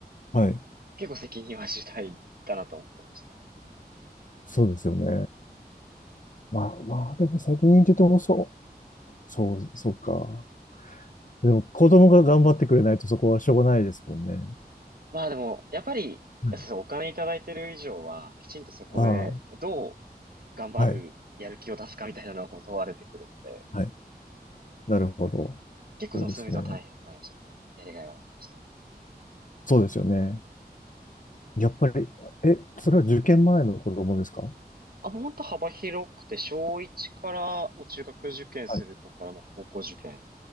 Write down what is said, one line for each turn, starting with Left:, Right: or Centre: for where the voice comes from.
Left: はい。
Right: 結構責任は重大だなと思ってましたね。
Left: そうですよね。まあまあ、でも最近って言うとそう。そう、そうか。でも子供が頑張ってくれないとそこはしょうがないですもんね。
Right: まあでも、やっぱり、
Left: はい。
Right: そうそう、お金いただいてる以上は、きちんとそこで、
Left: あ
Right: どう頑張る、
Left: あ、はい。
Right: やる気を出すかみたいなのも問われてくるので、
Left: はい。なるほど。
Right: まあ結構でもそういう意味では大変ではありましたけど、
Left: そうですね。
Right: やりがいはありました。
Left: そうですよね。やっぱり、え、それは受験前の子供ですか
Right: あ、もう本当幅広くて、小1から、もう中学受験する子から、
Left: はい。
Right: もう高校受験、